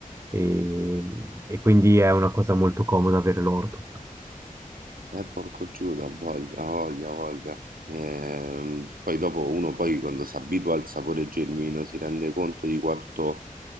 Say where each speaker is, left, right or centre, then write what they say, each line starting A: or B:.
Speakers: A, on the right; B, on the right.
A: e, e quindi è una cosa molto comoda avere l'orto.
B: eh, porco Giuda, ha voglia, ha voglia, ha voglia. Ehm, poi dopo uno poi quando si abitua al sapore genuino si rende conto di quanto